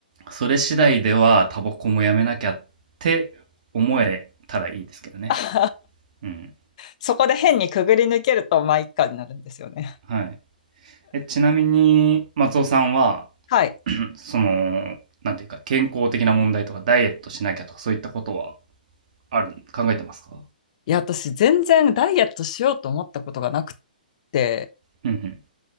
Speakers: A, on the right; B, on the left.
A: それ次第ではタバコもやめなきゃって思えたらいいですけどね
B: <laughs>
A: うん
B: そこで変にくぐり抜けると、まあ、一家になるんですよね。
A: はいえちなみに松尾さんは、
B: はい。
A: うんそのなんていうか健康的な問題とかダイエットしなきゃとかそういったことはある考えてますか
B: いや、私、全然ダイエットしようと思ったことがなくって、
A: うん